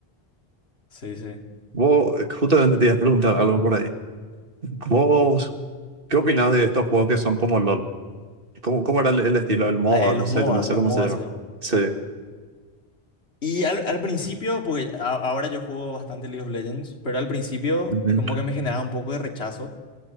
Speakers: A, on the left; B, on the right.
A: sí, sí.
B: Vos, justamente te iba a preguntar algo por ahí. ¿Vos ¿Qué opinas de estos juegos que son como LOL? ¿Cómo, cómo era el, el estilo del MOBA?
A: Eh,
B: No
A: los
B: sé,
A: MOBA,
B: no sé
A: los
B: cómo
A: MOBA
B: se llama.
A: se llaman.
B: Sí.
A: Y al, al principio, porque a- ahora yo juego bastante League of Legends, pero al principio
B: Ujú,
A: es como que me generaba un poco de rechazo.